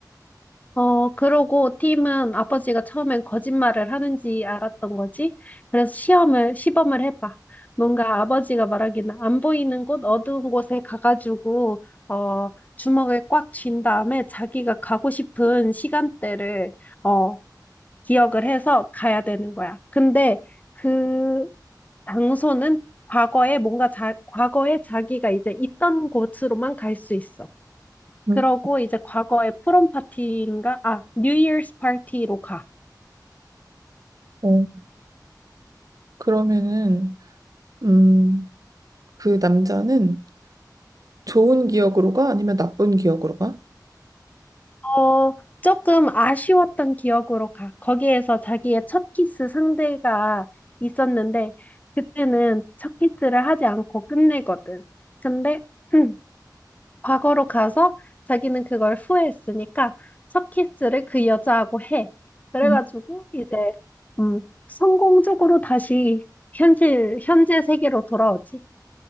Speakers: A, on the left (about 20°); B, on the right (about 55°).
A: 어, 그러고 팀은 아버지가 처음엔 거짓말을 하는지 알았던 거지. 그래서 시험을, 시범을 해봐. 뭔가 아버지가 말하기는 안 보이는 곳, 어두운 곳에 가가지고, 어, 주먹을 꽉 쥔 다음에 자기가 가고 싶은 시간대를, 어, 기억을 해서 가야 되는 거야. 근데 그 장소는 과거에 뭔가 자, 과거에 자기가 이제 있던 곳으로만 갈 수 있어.
B: 음,
A: 그러고 이제 과거의 프롬 파티인가? 아, 뉴 이어스 파티로 가.
B: 어, 그러면은, 음, 그 남자는 좋은 기억으로 가? 아니면 나쁜 기억으로 가?
A: 어, 조금 아쉬웠던 기억으로 가. 거기에서 자기의 첫 키스 상대가 있었는데, 그때는 첫 키스를 하지 않고 끝내거든. 근데, <clears throat> 과거로 가서 자기는 그걸 후회했으니까 첫 키스를 그 여자하고 해. 그래가지고
B: 음.
A: 이제, 음, 성공적으로 다시 현실, 현재 세계로 돌아오지.